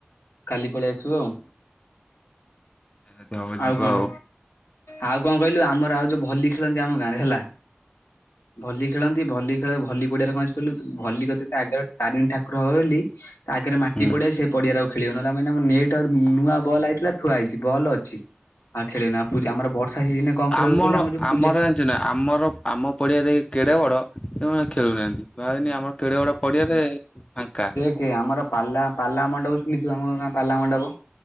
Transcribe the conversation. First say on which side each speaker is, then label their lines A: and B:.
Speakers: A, on the left; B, on the left.
A: କାଲି ପଳେଇ ଆସିବୁ ଆଉ
B: ଯଦି ହବ
A: ଆଉ
B: ଯିବା
A: କଣ ଆଉ କଣ କହିଲୁ ଆମର ଆଉ ଯୋଉ ଭଲି ଖେଳନ୍ତି ଆମ ଗାଁରେ ହେଲା। ଭଲି ଖେଳନ୍ତି ଭଲି ଖେଳ ଭଲି ପଡିଆ କଣ ହେଇଛି କହିଲୁ ଭଲି କ ଆଗରେ ତାରିଣ ଠାକୁର ହବ ବୋଲି। ତା ଆଗରେ ମାଟି
B: ହୁଁ
A: ପଡିଆ ସେ ପଡିଆରେ ଆଉ ଖେଳି ହେବନି ମାନ ଆମର ନେଟ ଆଉ ନୂଆ ବଲ୍ ଆଇଥିଲା। ଥୁଆ ହେଇଛି ବଲ ଅଛି ଆଉ ଖେଳି ହେବନି ଆମର ବର୍ଷା ସିଜନରେ କଣ ଖେଳିବ
B: ଆମର
A: କହିଲେ ଆମ ଯୋଉ
B: ଆମର
A: ପୁଜା
B: ଜାଣିଚ ଆମର ଆମ ପଡ଼ିଆ ଯେ କେଡ଼େ ବଡ଼ ସେମାନେ ଖେଳୁନାହାଁନ୍ତି ଭାବେନି ଆ ଆମର କେଡ଼ ବଡ଼ ପଡ଼ିଆରେ ଫାଙ୍କା
A: କି ଆମର ପାଲା ପାଲା ମଣ୍ଡପ ଶୁଣିିଥୁବ ଆମ ଗାଁ ପାଲା ମଣ୍ଡପ।